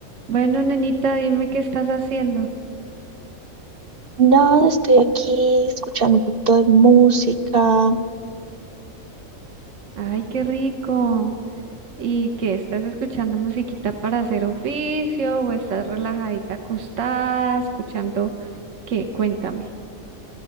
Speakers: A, on the right (about 65°); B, on the right (about 50°).
A: Bueno, nenita, dime qué estás haciendo.
B: Nada, estoy aquí escuchando un poquito de música.
A: Ay, qué rico. ¿Y qué? ¿Estás escuchando musiquita para hacer oficio o estás relajadita acostada, escuchando qué? Cuéntame.